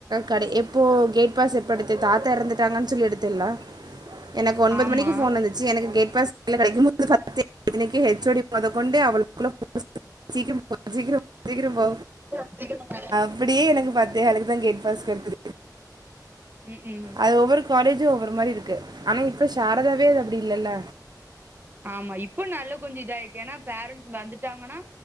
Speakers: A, on the right; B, on the right.
A: கடே எப்போ கேட் பாஸ் எப்ப எடுத்து தாத்தா எறந்துட்டாங்கன்னு சொல்லி எடுத்தேல எனக்கு ஒன்பது
B: ஆமா
A: மணிக்கு ஃபோன் வந்ச் சி எனக்கு கேட் பாஸ் கைல கெடைக்கு மோது பத்தே இத்தனைக்கி ஹெச் ஓ டி மொதக்கொண்டு அவள <inaudible> சீக்கிர போ சீக்கிர போ சீக்கிர போ
B: ஞாத்திகெழம
A: இப்டியே எனக்கு பத்தே ஹலுக்கு தா கேட் பாஸ் <inaudible>
B: ம் ஹ்ம்
A: அது ஒவ்வொரு காலேஜும் ஒவ்வொரு மாரி இருக்கு ஆனா இப்ப சாரதாவே அது அப்டி இல்லல்ல
B: ஆமா இப்போ நல்ல கொஞ்ச இதயிடுச்சு ஏன்னா பேரண்ட்ஸ் வந்துட்டாங்கன்னா